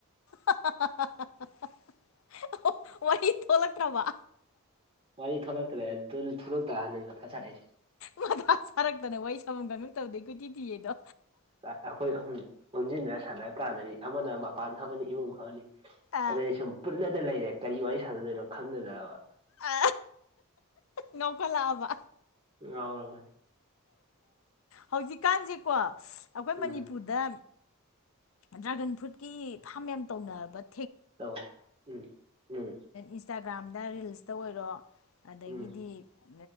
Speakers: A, on the left (about 70°); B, on the right (about 25°).
A: ꯍꯥ ꯍꯥ ꯍꯥ ꯍꯥ ꯋꯥꯔꯤ ꯊꯣꯛꯂꯛꯇ꯭ꯔꯕ
B: ꯋꯥꯔꯤ ꯊꯣꯛꯂꯛꯇ꯭ꯔꯦ ꯗꯨꯅ ꯊꯨꯂꯛꯇ ꯅꯩꯕ ꯊꯥ ꯁꯥꯔꯛ ꯢꯁꯦ
A: ꯃꯊꯥ ꯁꯥꯥꯔꯛꯇꯅ ꯋꯥꯔꯤ ꯁꯐꯝ ꯈꯪꯉꯛꯇꯕꯗꯩ ꯀꯣꯏꯊꯤ ꯊꯤꯌꯦꯗꯣ
B: ꯀꯥꯏ ꯑꯈꯣꯏ ꯑꯍꯨꯝꯅꯦ ꯑꯣꯟꯁꯤꯟꯅꯔ ꯁꯥꯟꯅꯔꯀꯥꯟꯗꯗꯤ ꯑꯃꯅ ꯃꯄꯥꯟ ꯐꯝꯃꯅꯤ ꯏꯃꯨꯡ ꯐꯝꯃꯅꯤ
A: ꯑꯥ
B: ꯑꯗꯩ ꯁꯨꯝ ꯄꯨꯜꯂꯗ ꯂꯩꯔꯦ ꯀꯔꯤ ꯋꯥꯔꯤ ꯁꯥꯥꯟꯅꯗꯣꯏꯅꯣ ꯈꯪꯗꯗꯅꯕ
A: ꯑ ꯉꯥꯎꯈꯠꯂꯛꯑꯕ
B: ꯉꯥꯎꯔꯕꯅꯦ
A: ꯍꯧꯖꯤꯛꯀꯥꯟꯁꯦꯀꯣ ꯑꯩꯈꯣꯏ
B: ꯎꯝ
A: ꯃꯅꯤꯄꯨꯔꯗ ꯗ꯭ꯔꯥꯒꯟ ꯐ꯭ꯔꯨꯠꯀꯤ ꯐꯥꯝ ꯌꯥꯝ ꯇꯧꯅꯔꯕꯠ
B: ꯇꯧꯏ ꯎꯝ ꯎꯝ
A: ꯏꯟꯁꯇꯥꯒ꯭ꯔꯥꯝꯗ ꯔꯤꯜꯁꯇ ꯑꯣꯏꯔꯣ ꯑꯗꯒꯤꯗꯤ
B: ꯎꯝ
A: ꯑ